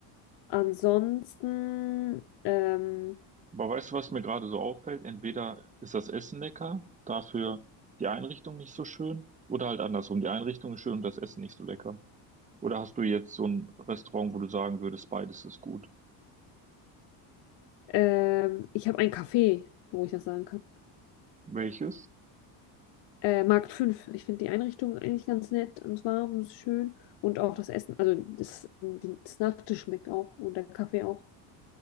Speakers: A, on the left (about 60°); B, on the right (about 15°).
A: Ansonsten, ähm,
B: Aber weißt du, was mir gerade so auffällt? Entweder ist das Essen lecker, dafür die Einrichtung nicht so schön, oder halt andersrum, die Einrichtung ist schön und das Essen nicht so lecker. Oder hast du jetzt so ein Restaurant, wo du sagen würdest, beides ist gut?
A: ähm, ich habe ein Café, wo ich das sagen kann.
B: Welches?
A: Äh, Markt fünf. Ich finde die Einrichtung eigentlich ganz nett und warm und schön. Und auch das Essen, also das, das Nachtisch schmeckt auch und der Kaffee auch.